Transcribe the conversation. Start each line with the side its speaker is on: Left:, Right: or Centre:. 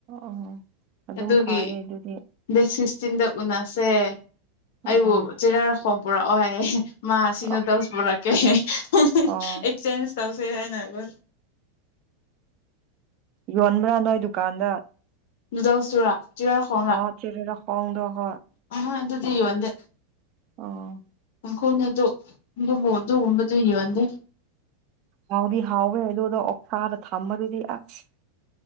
Right: ꯑꯣ ꯑꯗꯨꯝ
Left: ꯑꯗꯨꯒꯤ
Right: ꯐꯩꯌꯦ ꯑꯗꯨꯗꯤ
Left: ꯗꯦꯠ ꯁꯤꯁ ꯆꯤꯟꯗ ꯎꯅꯁꯦ ꯑꯣꯕꯨ
Right: ꯑꯥ
Left: ꯆꯤꯔꯥꯈꯣꯡ ꯄꯨꯔꯥ ꯑꯣꯏ ꯃꯥꯁꯤꯒ
Right: ꯑꯣ
Left: ꯗꯁ ꯕꯥꯍꯠ ꯀꯦ ꯍ ꯍ ꯍ
Right: ꯑꯣ
Left: ꯑꯦꯁꯆꯦꯟꯖ ꯇꯧ ꯁ ꯍꯥꯏꯅꯕ
Right: ꯌꯣꯟꯕ꯭ꯔꯥ ꯅꯣꯏ ꯗꯨꯀꯥꯟꯗ
Left: ꯅꯨꯗ꯭ꯟꯁ ꯆꯨꯔꯥ ꯆꯤꯔꯔ ꯈꯣꯡ꯭ꯔꯥ
Right: ꯍꯥꯎ ꯆꯦꯔꯦꯔꯥ ꯈꯣꯡꯗꯣ ꯍꯣꯏ
Left: ꯑ ꯑꯗꯨꯗꯤ ꯌꯣꯟꯗꯦ
Right: ꯑꯣ
Left: ꯀꯥꯡꯈꯣꯅ ꯑꯗꯨ ꯑꯗꯨꯕꯨ ꯑꯗꯨꯒꯨꯝꯕꯗꯨ ꯌꯣꯟꯗꯦ
Right: ꯍꯥꯎꯗꯤ ꯍꯥꯎꯋꯦ ꯑꯗꯨ ꯑꯗꯨꯗꯣ ꯑꯣꯁꯥꯗ ꯊꯝꯃꯗꯨꯗꯤ ꯑꯁ